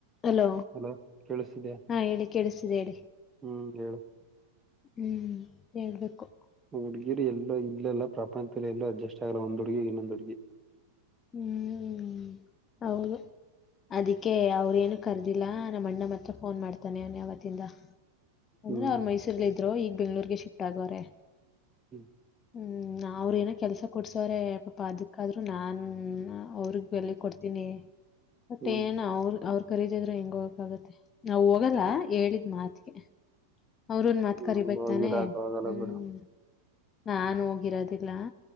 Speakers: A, on the left (about 25°); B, on the right (about 15°).
A: ಹಲೋ
B: ಆ <inaudible> ಅಲೋ ಕೇಳಿಸಿದ್ಯಾ
A: ಹಾ ಹೇಳಿ ಕೇಳಿಸ್ತಿದೆ ಹೇಳಿ
B: ಹ್ಮ್ ಹೇಳು ಆ
A: ಹ್ಞ ಹೇಬೇಕು
B: ಹುಡುಗಿರಿ ಎಲ್ಲೋ ಇಲ್ಲಲ್ಲ ಪ್ರಪಂಚದಲ್ಲಿ ಎಲ್ಲೂ ಅಡ್ಜಸ್ಟ್ ಆಗಲ್ಲ ಒಂದು ಹುಡುಗಿ ಇನ್ನೊಂದು ಹುಡುಗಿ
A: ಹ್ಮ್ ಹೌದು ಅದಕ್ಕೆ ಅವ್ರೇನು ಕರ್ದಿಲ್ಲ ನಮ್ಮ ಅಣ್ಣ ಮತ್ರ ಫೋನ್ ಮಾಡ್ತಾನೆ ಅವಾನ ಯಾವತ್ತಿಂದ
B: ಹ್ಮ್
A: ಒಂದ್ರ ಅವ್ರ ಮೈಸೂರ್ಲ್ಲ ಇದ್ರು ಈಗ ಬೆಂಗ್ಳೂರ್ಗೆ ಶಿಫ್ಟ್ ಆಗೋ್ರೆ
B: ಹ್ಮ್
A: ಹ್ಮ ಅವ್ರು ಏನೋ ಕೆಲಸ ಕೊಡ್ಸ್ರ ಪಾಪಾ ಅದಕ್ಕಾದ್ರೂ ನಾನ ಹ್ಮ್ ಅವ್ರಗ್ ಬೆಲೆ ಕೊಡ್ತೀನಿ ಬತ್ತ
B: ಹ್ಮ್
A: ಏನ ಅವ್ರ ಅವ್ರ ರೀದಿದ್ರೆ ಹೆಂಗ ಹೋಗಕ ಆಾಗತ್ತೆ ನಾವ್ ಹೋಗಲ್ಲ
B: ಹ್ಮ್
A: ಹೇಳಿದ್ ಮಾತ್ಗೆ ಅವ್ರ ಒಂದ ಮಾತ್
B: ನಮ್ಗ್
A: ಕರಿಬತಾನೆ
B: ಹೋಗಿ ಇರಾಕ್ ಆಗಲ್ಲ
A: ಹ್ಮ್
B: ಬಿಡು
A: ನಾನ್ು ಹೋಗಿರೋದಿಲ್ಲ